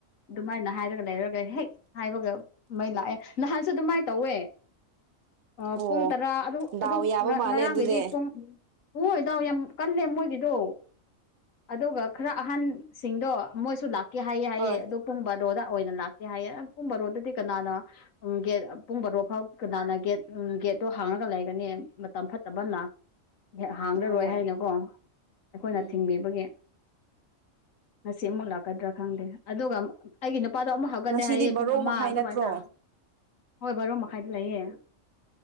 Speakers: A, on the left; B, on the right.
A: ꯑꯗꯨꯃꯥꯏꯅ ꯍꯥꯏꯔꯒ ꯂꯩꯔꯒ ꯍꯦꯛ ꯍꯥꯏꯕꯒ ꯃꯩ ꯂꯥꯛꯑꯦ ꯅꯍꯥꯟꯁꯨ ꯑꯗꯨꯃꯥꯏꯅ ꯇꯧꯋꯦ ꯑ
B: ꯑꯣ
A: ꯄꯨꯡ ꯇꯔꯥ ꯑꯗꯨ
B: ꯗꯥꯎ
A: ꯑꯗꯨꯝ
B: ꯌꯥꯕ ꯃꯥꯜꯂꯦ
A: ꯉꯔꯥꯡꯈꯩꯗꯤ
B: ꯑꯗꯨꯗꯤ
A: ꯄꯨꯡ ꯍꯣꯏꯣꯏ ꯗꯥꯎ ꯌꯥꯝ ꯀꯜꯂꯦ ꯃꯣꯏꯒꯤꯗꯣ ꯑꯗꯨꯒ ꯈꯔ ꯑꯍꯟꯁꯤꯡꯗꯣ ꯃꯣꯏꯁꯨ ꯂꯥꯛ ꯂꯀꯦ ꯍꯥꯏꯑꯌꯦ ꯍꯥꯏꯑꯌꯦ
B: ꯍꯣꯏ
A: ꯑꯗꯨꯣ ꯄꯨꯝꯕ ꯔꯣꯗ ꯑꯣꯏꯅ ꯂꯥꯛꯀꯦ ꯍꯥꯏꯌꯦ ꯄꯨꯝꯕ ꯔꯣꯗꯗꯤ ꯀꯅꯥꯅ ꯎ ꯒꯦꯠ ꯄꯨꯡ ꯔꯣ ꯐꯥꯎ ꯀꯅꯥꯅ ꯒꯦꯠ ꯎ ꯒꯦꯠꯇꯣ ꯍꯥꯡꯉꯒ ꯂꯩꯒꯅꯤ ꯃꯇꯝ ꯐꯠꯇꯕꯅ ꯍꯥꯡꯂꯔꯣꯏ
B: ꯍꯣꯏ
A: ꯍꯥꯏꯅꯀꯣ ꯑꯩꯈꯣꯏꯅ
B: ꯎꯝ
A: ꯊꯤꯡꯕꯤꯕꯒꯤ ꯉꯁꯤ ꯑꯃꯨꯛ ꯂꯥꯛꯀꯗ꯭ꯔꯥ ꯈꯪꯗꯦ ꯑꯗꯨꯒ ꯑꯩꯒꯤ ꯅꯨꯄꯥꯗꯣ ꯑꯃꯨꯛ ꯍꯧ ꯒꯠꯂꯦ
B: ꯉꯁꯤꯗꯤ
A: ꯍꯥꯏꯌꯦ
B: ꯕꯥꯔꯣ
A: ꯄꯨꯡ ꯑꯃ
B: ꯃꯈꯥꯏ
A: ꯑꯗꯨꯋꯥꯥꯏꯗ
B: ꯅꯠꯇ꯭ꯔꯣ
A: ꯍꯣꯏ ꯕꯥꯔꯣ ꯃꯈꯥꯏꯗ ꯂꯩꯌꯦ